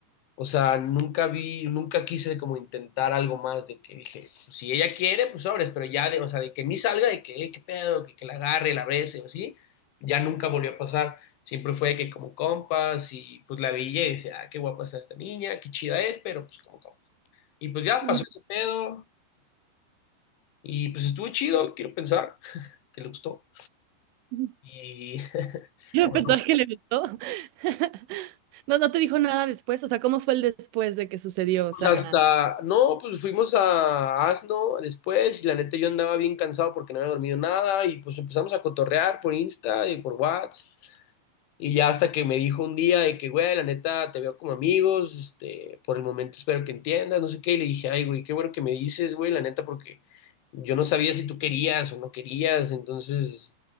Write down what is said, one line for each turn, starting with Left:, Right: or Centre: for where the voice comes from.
Left: o sea, nunca vi, nunca quise como intentar algo más de que dije, pues, si ella quiere, pues sobres, pero ya de, o sea, de que me salga, de que, "Eh, qué pedo, que, que la agarre, la bese o así, ya nunca volvió a pasar. Siempre fue de que como compas y pues la veía y decía, ah, qué guapa está esta niña, qué chida es, pero pues como compas. Y pues ya
Right: Mm.
Left: pasó ese pedo y pues estuvo chido, quiero pensar que le gustó.
Right: <laughs>
Left: Y <laughs>
Right: El
Left: fuimos
Right: repertorio que le gustó. <laughs> No, no te dijo nada después. O sea, ¿cómo fue el después de que sucedió? O sea,
Left: hasta, no, pues fuimos a Asno después y la neta yo andaba bien cansado porque no había dormido nada y pues empezamos a cotorrear por Insta y por WhatsApp y ya hasta que me dijo un día de que, güey, la neta te veo como amigos, este, por el momento espero que entiendas, no sé qué, y le dije, ay, güey, qué bueno que me dices, güey, la neta porque yo no sabía si tú querías o no querías, entonces...